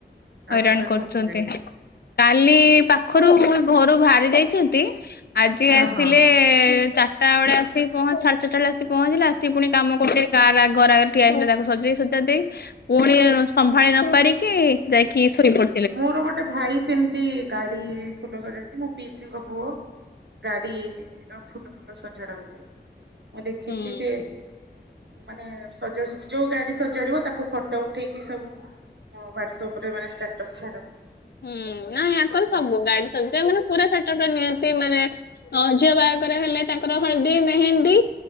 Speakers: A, on the right (about 80°); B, on the left (about 60°).
A: କାମରେ
B: ହଇରାଣ କରୁଛନ୍ତି।
A: ଠକିବେ
B: କାଲି ପାଖରୁ ଘରୁ ବାହାରି ଯାଇଛନ୍ତି ଆଜି
A: ହଁ
B: ଆସିଲେ
A: ହଁ।
B: ଚାରିଟା ବେଳେ ଆସିକି ପହଞ୍ଚ ସାଢେ ଚାରିଟା ବେଳେ ଆସିକି ପହଞ୍ଚିଲେ ଆସିକି ପୁଣି କାମ କରୁଥିଲେ। କାର ଘର ଆଗରେ ଠିଆ ହେଇଥିଲା ତାକୁ ସଜେଇ ସୁଜା ଦେଇ ପୁଣି ସମ୍ଭାଳି ନ ପାରିକି ଯାଇକି ଶୋଇପଡ
A: ମୋର ଗୋଟେ ଭାଇ ସେମିତି ଗାଡି ଫୁଲ ସଯାନ୍ତି। ମୋ ପିଇସିଙ୍କ ପୁଅ। ଗାଡି ର ଫୁଲ ଫୁଲ ସଝାଡନ୍ତି। ମୁଁ ଦେଖିଛି
B: ହୁଁ।
A: ସେ ମାନେ ସଜା ସୁଜି ଯୋଉ ଗାଡି ସଜାଡିବ ତାକୁ ଫଟୋ ଉଠେଇକି ସବୁ ହଁ ୱାଟସଆପ ରେ ମାନେ ଷ୍ଟାଟସ୍ ଛାଡ଼ନ୍ତି।
B: ହୁଁ ନା ୟାଙ୍କର ସବୁ ଗାଡି ସଯା ମାନେ ପୁରା ସେଟଅପ ଟା ନିଅନ୍ତି ମାନେ ଝିଅ ବାହାଘରେ ହେଲେ ତାଙ୍କର ହଳଦୀ ମେହେନ୍ଦୀ